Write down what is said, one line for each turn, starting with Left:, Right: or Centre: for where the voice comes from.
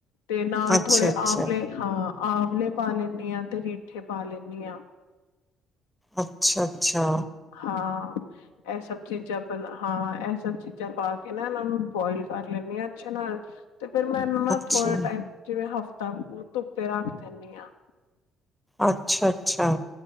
Left: ਤੇ ਨਾਲ
Centre: ਅੱਛਾ,
Left: ਥੋੜੇ
Centre: ਅੱਛਾ,
Left: ਆਵਲੇ--ਆਵਲੇ। ਹਾਂ ਆਵਲੇ ਪਾ ਲੈਂਦੀ ਹਾਂ, ਤੇ ਰੀਠੇ ਪਾ ਲੈਂਦੀ ਹਾਂ।
Centre: ਅੱਛਾ-ਅੱਛਾ।
Left: ਹਾਂ ਇਹ ਸਭ ਚੀਜਾਂ। ਹਾਂ ਇਹ ਸਭ ਚੀਜ਼ਾਂ ਪਾ ਕੇ ਨਾ ਇਹਨਾਂ ਨੂੰ ਬੋਇਲ ਕਰ ਲੈਂਦੇ ਹਾਂ ਅੱਛੇ ਨਾਲ। ਤੇ ਫਿਰ ਮੈ ਉਹਨੂੰ ਨਾ
Centre: ਅੱਛਾ,
Left: ਥੋੜੇ ਟਾਈਮ ਜਿਵੇਂ ਹਫ਼ਤਾ ਕੁ ਧੁੱਪੇ ਰੱਖ ਦਿੰਦੀ ਆ।
Centre: ਅੱਛਾ-ਅੱਛਾ।